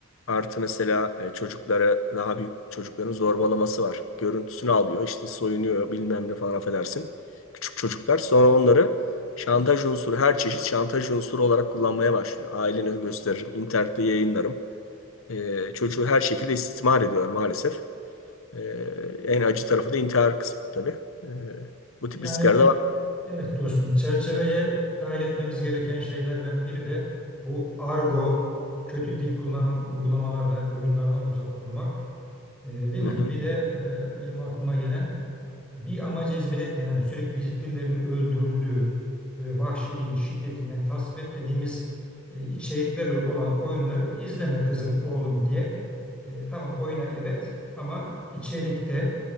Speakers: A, on the left (about 75°); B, in the centre.
A: artı mesela e, çocuklara daha büyük çocukların zorbalaması var. Görüntüsünü alıyor işte soyunuyor bilmem ne falan affedersin. Küçük çocuklar sonra onları şantaj unsuru her çeşit şantaj unsuru olarak kullanmaya başlıyor. Ailene gösteririm, internette yayınlarım. E, çocuğu her şekilde istismar ediyorlar maalesef. E, en acı tarafı da intihar kısmı tabii. E, bu tip
B: Yani
A: riskler de var.
B: evet dostum çerçeveye dahil etmemiz gereken şeylerden biri de bu argo, kötü dil kullanan uygulamalardan, oyunlardan uzak durmak. Ee, değil
A: Hı
B: mi?
A: hı.
B: Bir de e, benim aklıma gelen bir amaca hizmet etmeyen hani sürekli bir- birilerinin öldürüldüğü böyle vahşiliğin, şiddetin yani tasvip etmediğimiz e, içeriklerle olan oyunları izleme kızım, oğlum diye. E, tamam oyuna evet ama içerikte